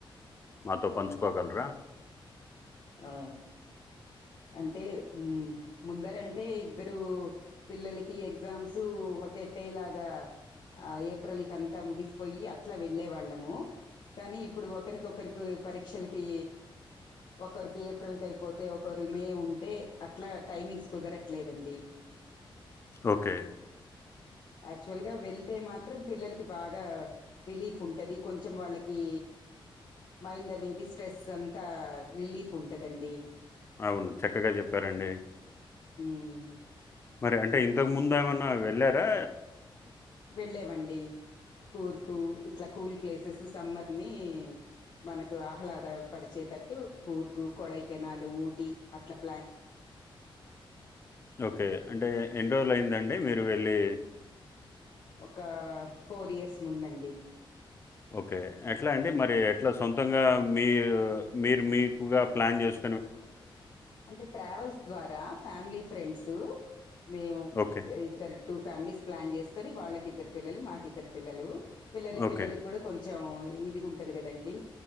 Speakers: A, on the left (about 25°); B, on the left (about 50°).
A: మాతో పంచుకోగలరా
B: ఆ అంటే ఉమ్ ముందరంటే, ఇద్దరు పిల్లలకి ఎగ్జామ్స్ ఒకే. టేలాగా ఆ ఏప్. ఏప్రిల్ కంతా ముగిసిపోయి, అట్లా వెళ్లే వాళ్ళము కానీ ఇప్. ఇప్పుడు ఒకరికొకరికి పరీక్షలకి, ఒకరికి ఏప్రిల్ కైపోతే ఒక్. కోరి మే ఉంటే అట్లా టైమింగ్స్ కుదరట్లేదండి.
A: ఓకే.
B: ఆక్చువల్ గా వెల్తే మాత్రం, పిల్లలకి బాగ రిలీఫ్ ఉంటది. ది కొంచం వాళ్ళక్. కీ, మైండ్ అనేది స్ట్రెస్ అంతా, రిలీఫ్ ఉంటదండి.
A: అవును చక్కగా చెప్పారండి.
B: ఉమ్.
A: మరి అంటే ఇంతక్ ముందు ఏమన్నా వెళ్ళారా.
B: వెళ్ళేవండి కూర్గ్. కు ఇట్లా కూల్. ప్లేసెస్ సమ్మర్ని. మనకు ఆహ్లాద పరిచయ తట్. కు కూర్గు, కొడై. కేనాలు, ఊటి, అట్లమ్.
A: ఓకే, అంటే ఎన్ని రోజులు అయిందండి మీరు వెల్. ప్లే.
B: ఒక ఫోర్ ఇయర్స్ ముందండి.
A: ఓకే ఎట్లా అండి మరి, ఎట్లా సొంతంగా మీ, మీర్ మీకుగా ప్లాన్ జేస్.
B: అంటే ట్రావెల్స్ ద్వారా, ఫ్యామిలీ ఫ్రెండ్స్, మేము
A: ఓకే.
B: ఇద్దరు, టూ ఫ్యామిలీ ప్లాన్ జేసుకోని వాళ్ళకి. ఇద్దర్ పిల్లలు, మాకిద్దరు పిల్లలు. పిల్లల,
A: ఓకే.
B: పిల్లలకి గూడా కొంచెం ఇద్. ఎదిగు ఉంటంది కదండి